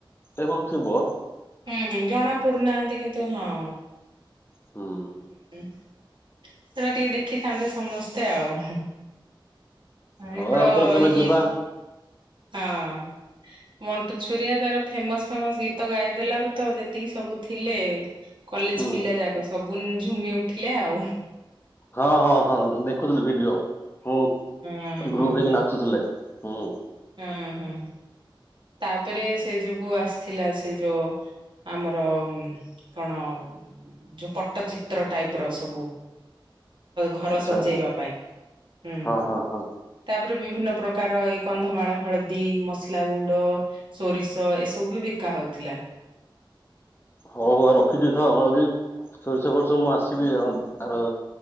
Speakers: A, on the left; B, on the right.
A: ଏବଭ ଥିବ।
B: ହୁଁ ହୁଁ ଜଣା ପଡୁନାହାନ୍ତି କିନ୍ତୁ ହଁ।
A: ହୁଁ।
B: ହୁଁ ହୁଁ ସେଟା ଟିକେ ଦେଖିଥାନ୍ତେ ସମସ୍ତେ ଆଉ। ହ
A: ହଉ
B: ଏପଡ
A: ଆଉଥରେ କେବେ
B: ଇଏ
A: ଯିବା
B: ହଁ। ମଣ୍ଟୁ ଛୁରିଆ ତାର ଫେମସ ଫେମସ ଗୀତ ଗାଇଦେଲାରୁ ତ ଯେତିକି ସବୁ ଥିଲେ କଲେଜ
A: ହୁଁ
B: ପିଲା ଯାକ ସବୁ ଝୁମି ଉଠିଲେ ଆଉ।
A: ହଁ ହଁ ହଁ ଦେଖୁଥିଲି ଭିଡିଓ ହଁ
B: ହୁଁ ହୁଁ ହୁଁ
A: ଗ୍ରୁପ ହେଇକି
B: ହୁଁ
A: ନାଚୁଥିଲେ ହୁଁ।
B: ହୁଁ ହୁଁ ତାପରେ ସେ ଯୋଉକୁ ଆସିଥିଲା ସେ ଯୋଉ ଆମର କଣ ଯୋଉ ପଟ୍ଟଚିତ୍ର ଟାଇପ ର ସବୁ ଘର
A: ଆଚ୍ଛା
B: ସଜେଇବା
A: ଆଚ୍ଛା
B: ପାଇଁ ହୁଁ
A: ହଁ ହଁ ହଁ
B: ତାପରେ ବିଭିନ୍ନ ପ୍ରକାର ଏଇ କନ୍ଧମାଳ ହଳଦୀ ମସଲା ଗୁଣ୍ଡ ସୋରିଷ ଏସବୁ ବି ବିକା ହେଉଥିଲା।
A: ହଉ ହଉ ରଖି ଦେଇଥାଅ ତ ହଳଦୀ ସୋରିଷ ଫୋରିଷ ମୁଁ ଆସିବି ଆଉ ଆର